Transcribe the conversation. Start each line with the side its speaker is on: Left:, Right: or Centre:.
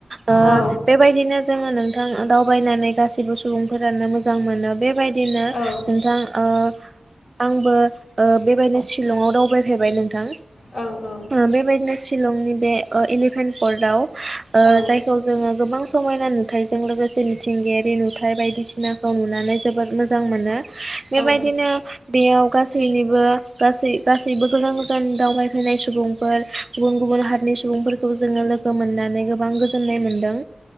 Right: ओ
Left: औ
Right: बेबायदिनो जोंङो नोंथां दावबायनानै गासिबो सुबुंफोरानो मोजां मोनो बेबायदिनो नो नोंथां
Left: औ
Right: ओआबो ओ बेबायदि शिलंआव दावबाय फेरबाय नोंथां
Left: औ नंगौ
Right: ओ बेबायदिनो शिलंनि बे ओ इलिफेन्थ फर्दाव ओ
Left: औ
Right: जायखौ जोंङो गोबां समायना नुथाइजों लोगोसे मिथिंगायारि नुथायाइ बायदिसिना खौ नुनानै जोबोद मोजां मोनो बेबायदिनो
Left: औ
Right: बेयाव गासैनिबो गासै गासैबो गोजान गोजान दावबायफैनाय सुबुंफोर गुबुन गुबुन हादनि सुबुंफोरफोरखौ खौ जोंङो लोगो मोननानै गोबां गोजोननाय मोनदों